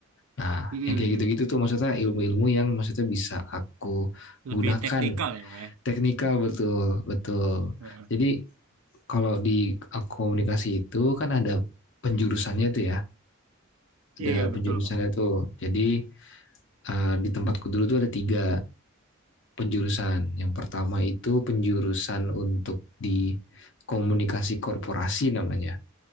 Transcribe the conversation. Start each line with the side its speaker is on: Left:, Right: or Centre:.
Left: Nah,
Right: Mm, mm-mm,
Left: yang kayak
Right: mm-mm.
Left: gitu-gitu
Right: mm.
Left: tuh maksudnya ilmu-ilmu yang maksudnya bisa aku gunakan
Right: Lebih teknikal ya bang ya.
Left: teknikal betul betul.
Right: Heeh.
Left: Jadi kalau di uh, komunikasi itu kan ada penjurusannya tuh ya,
Right: Iya
Left: ada penjurusannya
Right: betul bang.
Left: tuh. Jadi uh, di tempatku dulu tuh ada tiga penjurusan. Yang pertama itu penjurusan untuk di komunikasi korporasi namanya.